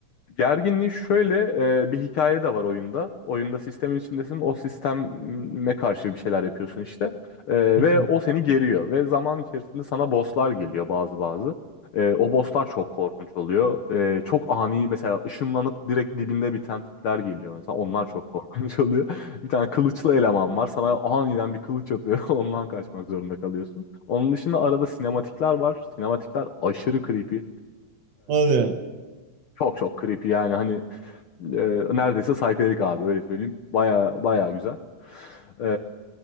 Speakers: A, on the left (about 75°); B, on the right (about 60°).
A: Gerginliği şöyle e, bir hikaye de var oyunda. Oyunda sistemin içindesin. O sisteme karşı bir şeyler yapıyorsun işte. E, ve
B: <laughs>
A: o seni geriyor. Ve zaman içerisinde sana bosslar geliyor bazı bazı. E, o bosslar çok korkunç oluyor. E, çok ani mesela ışınlanıp direkt dibinde biten tipler geliyor. Mesela onlar çok korkunç <laughs> oluyor. Bir tane kılıçlı eleman var. Sana aniden bir kılıç atıyor. <laughs> Ondan kaçmak zorunda kalıyorsun. Onun dışında arada sinematikler var. Sinematikler aşırı creepy.
B: Hadi ya.
A: Çok çok creepy yani hani e, neredeyse psychedelic abi öyle söyleyeyim. Baya baya güzel. E,